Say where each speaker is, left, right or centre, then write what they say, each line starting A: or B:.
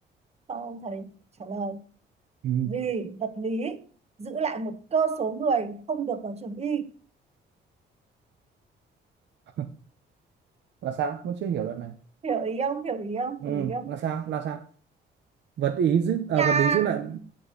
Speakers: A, on the right (about 30°); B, on the right (about 65°).
A: xong ông thầy trả lời
B: ừ
A: vì vật lý giữ lại một cơ số người không được vào trường y
B: <laughs> là sao vẫn chưa hiểu đoạn này
A: hiểu ý không hiểu ý không
B: ừ
A: hiểu ý không
B: là sao là sao vật ý giữ à,
A: là
B: vật lý giữ lại